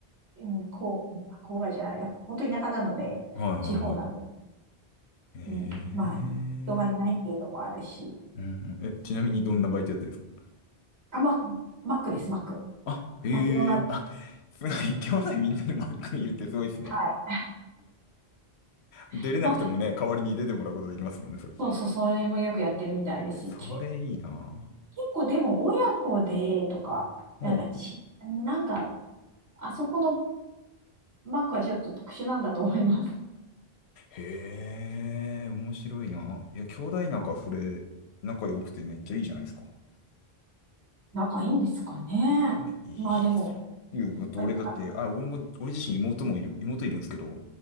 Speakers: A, on the right; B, on the left.
A: うん、こう、まあ郊外じゃないな、本当田舎なので、
B: はい、はい、
A: 地方なの、
B: はい。へえ。
A: うん、まあ、人がいないっていうのもあるし、
B: うん。え、ちなみにどんなバイトやってるんですか
A: あ、まあ、マックです、マック。
B: あ、へえ。
A: マクドナルドです。
B: あ、すごい。兄弟みんなでバックにいるってすごいですね。
A: はい。
B: 出れなくてもね、
A: <laughs> まあ、
B: 代わりに出てもらうことできますもんね、それ。
A: そうそう、それもよくやってるみたいですし、
B: え、それいいな。
A: ケ結構でも親子でとか、なんかち、
B: も
A: なんか、あそこのマックはちょっと特殊なんだと思います。
B: う、へえ、面白いな。いや、兄弟仲、
A: はい
B: それ、仲良くてめっちゃいいじゃないですか。
A: 仲いいんですかね。
B: あ、いいっすよ。
A: まあでも、やっぱりた、
B: だって俺だって、あ、俺も、俺自身妹もいる、妹いるんですけど、